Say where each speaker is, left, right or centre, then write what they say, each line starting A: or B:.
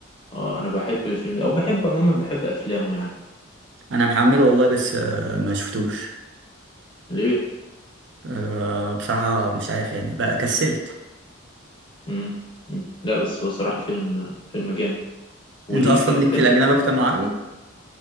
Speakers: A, on the left (about 25°); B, on the right (about 60°).
A: اه انا بحب الفيلم ده او بحب عموما بحب افلامه يعني
B: انا محمله والله بس آه، ما شفتوش
A: ليه
B: آه، بصراحة مش عارف يعني بقى كسلت
A: مم. مم. لا بس هو صراحة فيلم فيلم جامد وليه
B: انت اصلا
A: فيلم
B: ليك
A: تاني
B: في الاجنبي اكتر من العربي